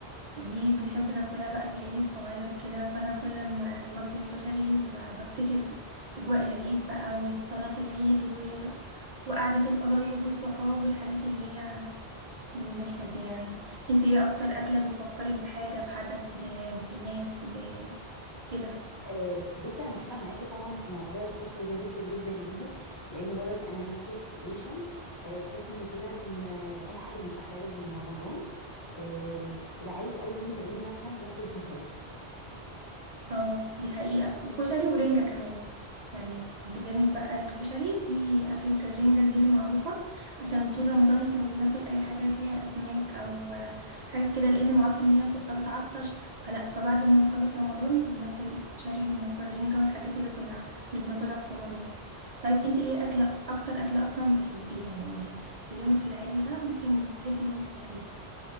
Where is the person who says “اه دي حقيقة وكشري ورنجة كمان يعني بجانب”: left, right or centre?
Right